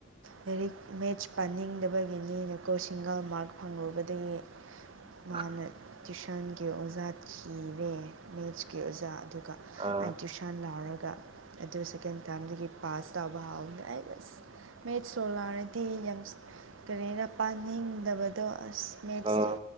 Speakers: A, on the right; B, on the right.
A: ꯂꯥꯏꯔꯤꯛ ꯃꯦꯠꯆ ꯄꯥꯅꯤꯡꯗꯕꯒꯤꯅꯤꯅꯀꯣ ꯁꯤꯡꯒꯜ ꯃꯥꯔꯛ ꯐꯪꯂꯨꯕꯗꯒꯤ
B: <unintelligible>
A: ꯃꯥꯅ ꯇ꯭ꯋꯨꯤꯁꯟꯒꯤ ꯑꯣꯖꯥ ꯊꯤꯔꯦ ꯃꯦꯠꯁꯀꯤ ꯑꯣꯖꯥ ꯑꯗꯨꯒ
B: ꯑꯥ
A: ꯑ ꯇ꯭ꯨꯁꯟ ꯂꯥꯎꯔꯒ ꯑꯗꯨ ꯁꯦꯀꯦꯟ ꯇꯥꯔꯝꯗꯒꯤ ꯄꯥꯁ ꯇꯧꯕ ꯍꯧꯈꯔꯦ ꯑꯩ ꯃꯦꯠ ꯁꯣꯂꯥꯔꯗꯤ ꯌꯥꯝ ꯀꯔꯤꯅ ꯄꯥꯅꯤꯡꯗꯕꯗꯣ ꯑꯁ ꯃꯦꯞꯁꯁꯦ
B: ꯑꯥ